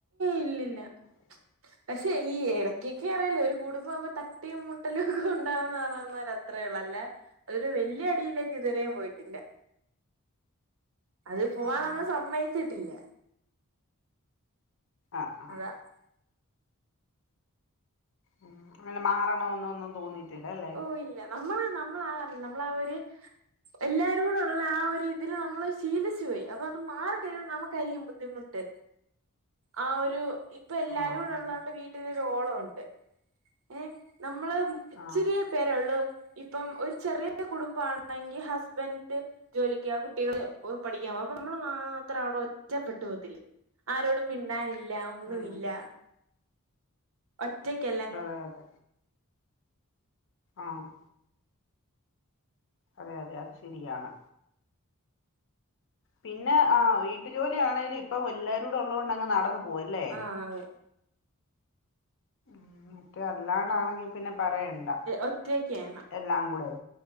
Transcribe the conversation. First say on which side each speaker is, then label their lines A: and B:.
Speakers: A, on the right; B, on the left.
A: ഇല്ലില്ല
B: <inaudible>
A: പക്ഷേ ഈ എടയ്ക്കെക്കെ അറയാല്ലോ ഒരു കൂടുംബാവുമ്പോ തട്ടീം മുട്ടലും ഒക്കെ ഉണ്ടാവുന്ന് പറയുന്നോലെ അത്രേള്ളൂ അല്ല ഒരു വല്യ അടിയിലേക്ക് ഇതുവരെയും പോയിട്ടില്ല അത് പൂവാൻ
B: ആഹ്
A: നമ്മള് സമ്മയിച്ചിട്ടില്ല
B: ആഹ് ആഹ്
A: <unintelligible>
B: ഉം അങ്ങനെ മാറണോന്നൊന്നും തോന്നിയിട്ടില്ലല്ലേ
A: ഓഹ് ഇല്ല നമ്മള് നമ്മളാ നമ്മള് ആഹ് ഒരു എല്ലാരോടുള്ള ആഹ് ഒരിതില് നമ്മള് ശീലിച്ചു പോയി അപ്പൊ അത് മാറിക്കഴിയുമ്പം നമുക്കായിരിക്കും ബുദ്ധിമുട്ട് ആഹ് ഒരു ഇപ്പൊല്ലാരൂടുള്ളോണ്ട്
B: ആഹ് അതെ
A: വീട്ടിലൊരോളോണ്ട് ഏഹ് നമ്മള് ഇച്ചിരി
B: ആഹ്
A: പേരൊള്ളു ഇപ്പം ഒരു ചെറിയ കുടുംബമാണെങ്കി ഹസ്ബൻഡ് ജോലിയ്ക്കോവ കുട്ടികള് പഠിക്കാമ്പോവ അപ്പൊ നമ്മള് മാത്രം അവിടെ ഒറ്റപ്പെട്ടു പോവത്തില്ലേ ആരോടും മിണ്ടാനില്ല ഒന്നുവില്ല
B: ഉം
A: ഒറ്റയ്ക്ക്
B: അതെ അതെ ആഹ് അതെ അതെ അത് ശരിയാണ് പിന്നെ ആഹ് വീട്ടു ജോലിയാണേലും ഇപ്പം എല്ലാരൂടെ ഉള്ളോണ്ടങ്ങ് നടന്നു പോവല്ലേ
A: ആഹ് അതെ
B: ഉം മറ്റേ അല്ലാണ്ടാണെങ്കി പിന്നെ പറയണ്ട
A: ഒറ്റയ്ക്കാണ്
B: ണ്ട എല്ലാം കൂടെയ്